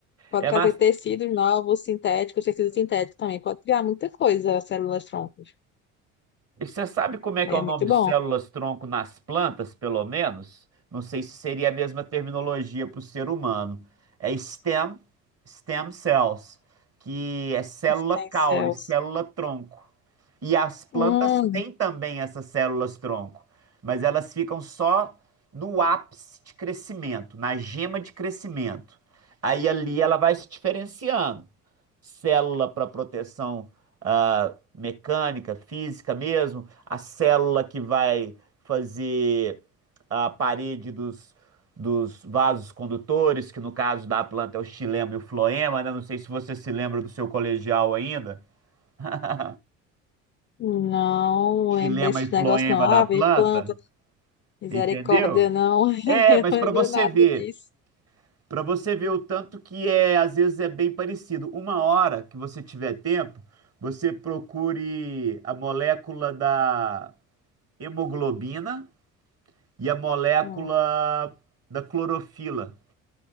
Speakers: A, on the left; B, on the right.
A: Pode
B: É
A: trazer
B: nas...
A: tecidos novos, sintéticos, tecidos sintéticos também. Pode criar muita coisa, as células troncos.
B: E você sabe como é
A: Aí
B: que é o
A: é
B: nome
A: muito
B: de
A: bom.
B: células-tronco nas plantas, pelo menos? Não sei se seria a mesma terminologia para o ser humano. É stem, stem cells, que é célula
A: Stem
B: caule,
A: cells.
B: célula-tronco. E as plantas
A: Hum,
B: têm também essas células-tronco, mas elas ficam só no ápice de crescimento, na gema de crescimento. Aí ali ela vai se diferenciando célula para proteção ah, mecânica, física mesmo, a célula que vai fazer a parede dos, dos vasos condutores, que no caso da planta é o xilema e o floema, né? Não sei se você se lembra do seu colegial ainda. <laughs>
A: não
B: Xilema
A: lembro desse
B: e floema
A: negócio não. Ave,
B: da planta,
A: planta, misericórdia,
B: entendeu?
A: não. <laughs> Eu
B: É, mas
A: não
B: para
A: lembro
B: você
A: nada
B: ver.
A: disso.
B: Para você ver o tanto que é, às vezes é bem parecido. Uma hora que você tiver tempo, você procure a molécula da hemoglobina e a molécula
A: Hum.
B: da clorofila.